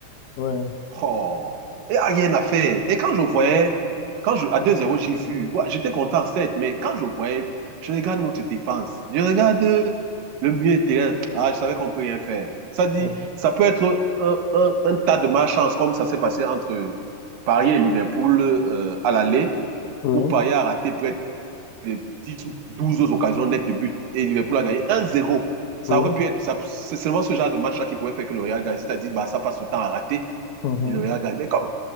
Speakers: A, on the left; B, on the right.
A: Oui,
B: Oh, il n'y a rien à faire. Et quand je voyais, quand je, à deux zéro j'ai vu, ouais, j'étais content, certes, mais quand je voyais, je regarde notre défense, je regarde euh, le milieu de terrain. Ah, je savais qu'on peut rien faire. Ça dit,
A: oui,
B: ça peut être un, un- un tas de malchance, comme ça s'est passé entre Paris et Liverpool euh, à l'aller,
A: oui,
B: où Paris a raté près de 10 ou 12 autres occasions nettes de but et Liverpool a gagné un zéro Ça
A: oui.
B: aurait pu être, ça- c'est seulement ce genre de match-là qui pouvait faire que le Real gagne. C'est-à-dire, bah, ça passe le temps à rater
A: mhm.
B: et le Real gagne. Mais comme,